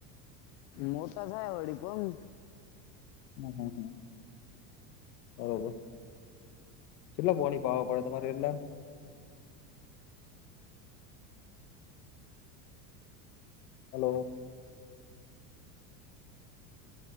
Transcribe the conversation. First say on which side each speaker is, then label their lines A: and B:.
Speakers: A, on the left; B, on the left.
A: મોટા થાય વળી પણ
B: હમ હમ હમ બરોબર છેટલા પાણી પાવા પડે તમારે એટલા હલો